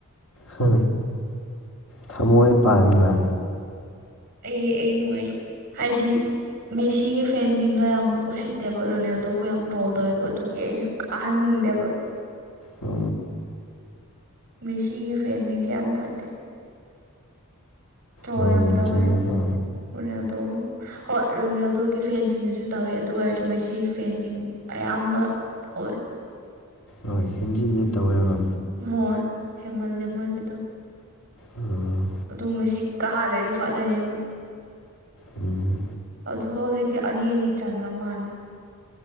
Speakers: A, on the left (about 75°); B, on the right (about 45°).
A: ꯍꯨ ꯊꯃꯣꯏ ꯄꯥꯟꯕ꯭ꯔꯥ
B: ꯑꯩ ꯑꯩ ꯅꯨꯡꯉꯥꯏꯇꯦ ꯍꯥꯏꯗꯤ ꯃꯦꯁꯤꯒꯤ ꯐꯦꯟꯁꯤꯡꯗꯣ ꯌꯥꯝ ꯎꯁꯤꯠꯇꯦꯕ ꯔꯣꯅꯦꯜꯗꯨꯕꯨ ꯌꯥꯝ ꯇ꯭ꯔꯣꯜ ꯇꯧꯋꯦꯕ ꯑꯗꯨꯒꯤ ꯑꯩꯁꯨ ꯀꯥꯍꯟꯅꯤꯡꯗꯦꯕ
A: ꯎ
B: ꯃꯦꯁꯤꯒꯤ ꯐꯦꯟꯁꯤꯡꯁꯦ ꯌꯥꯝ ꯐꯠꯇꯦ ꯇ꯭ꯔꯣꯜ
A: ꯍꯣꯏꯅꯦ
B: ꯌꯥꯝ ꯇꯧꯋꯦ
A: ꯆꯨꯝꯃꯦꯀꯣ
B: ꯔꫭꯅꯥꯜꯗꫭ ꯍꯣꯏ ꯔꯣꯅꯦꯜꯗꯣꯒꯤ ꯐꯦꯟꯁꯤꯡꯅꯁꯨ ꯇꯧꯋꯦ ꯑꯗꯨ ꯑꯣꯏꯔꯁꯨ ꯃꯦꯁꯤꯁꯤ ꯐꯦꯟꯁꯤꯡ ꯑꯌꯥꯝꯕ ꯍꯣꯏ
A: ꯍꯣꯏ ꯍꯦꯟꯖꯤꯟꯅ ꯇꯧꯋꯦꯕ
B: ꯍꯣꯏ ꯍꯦꯃꯜꯂꯦ ꯃꯣꯏꯒꯤꯗꯣ
A: ꯎꯝ
B: ꯑꯗꯨ ꯉꯁꯤ ꯀꯥ ꯂꯩꯔꯤ ꯐꯥꯗꯣꯏꯅꯦꯕ
A: ꯎꯝ
B: ꯑꯗꯨꯒ ꯍꯧꯖꯤꯛꯇꯤ ꯑꯅꯤ ꯑꯅꯤ ꯆꯜꯂ ꯃꯥꯜꯂꯦ